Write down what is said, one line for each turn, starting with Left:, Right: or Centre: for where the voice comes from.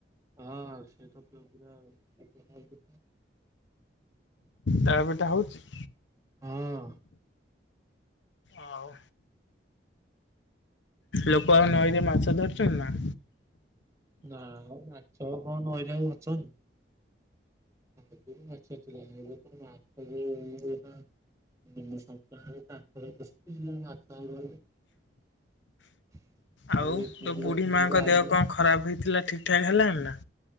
Right: ହଁ ସେତ ପୁରା <unintelligible>
Left: ତାଳ ପିଟା ହଉଛି?
Right: ହଁ।
Left: ଆଉ? ଲୋକ ଆଉ ନଈରେ ମାଛ ଧରୁଚନ୍ତି ନା?
Right: ନା ମ ମାଛ କଁ ନଈ ରେ ଆଉ ଅଛନ୍ତି। ଆଗରୁ ମାଛ ଥିଲା, ଏବେ ତ ମାଛ <unintelligible> <inaudible> <inaudible>
Left: ଆଉ ତୋ ବୁଢୀ ମାଙ୍କ ଦେହ କଣ ଖରାପ ହେଇଥିଲା ଠିକ୍ ଠାକ୍ ହେଲାଣି ନା?